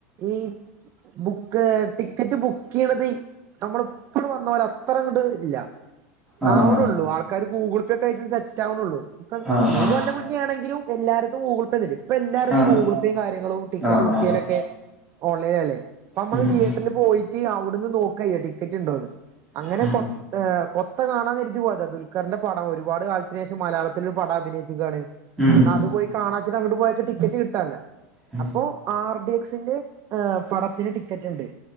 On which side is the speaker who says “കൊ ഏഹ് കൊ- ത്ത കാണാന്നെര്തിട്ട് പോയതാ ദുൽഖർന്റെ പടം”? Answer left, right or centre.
Right